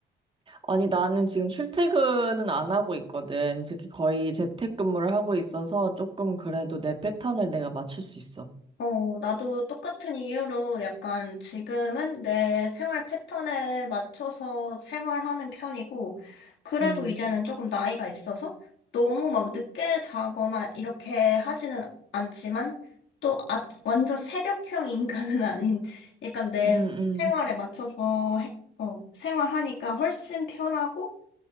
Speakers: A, on the right; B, on the left.
A: 아니, 나는 지금 출퇴근은 안 하고 있거든. 즉, 거의 재택근무를 하고 있어서 조금 그래도 내 패턴을 내가 맞출 수 있어.
B: 어, 나도 똑같은 이유로 약간 지금은 내 생활 패턴에 맞춰서 생활하는 편이고, 그래도
A: 음,
B: 이제는 조금 나이가 있어서 너무 막 늦게 자거나 이렇게 하지는 않지만, 또 아, 완전 새벽형 인간은 <laughs> 아닌, 약간 내
A: 음, 음.
B: 생활에 맞춰서 해- 어, 생활하니까 훨씬 편하고,